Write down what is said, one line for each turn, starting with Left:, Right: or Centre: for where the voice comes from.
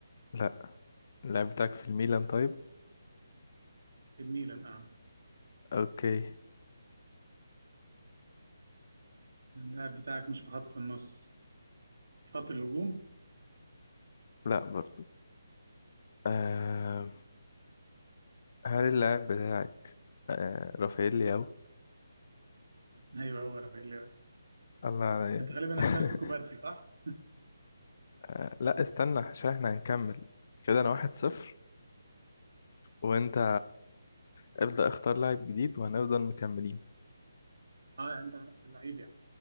Left: لا اللاعب بتاعك في الميلان طيب
Right: في الميلان اه
Left: اوكي
Right: اللاعب بتاعك مش في خط النص في خط الهجوم
Left: لا برضو آم، هل اللاعب بتاعك آه رافائيل لياو
Right: ايوه هو رافائيل ليفا
Left: الله عليا
Right: انت غالبا
Left: <laughs>
Right: اخترت كوبارسي صح
Left: آه لا استنى عشان احنا هنكمل كده انا واحد صفر وانت ابدأ اختار لاعب جديد وهنفضل مكملين
Right: اه انت على نفس اللعيب يعني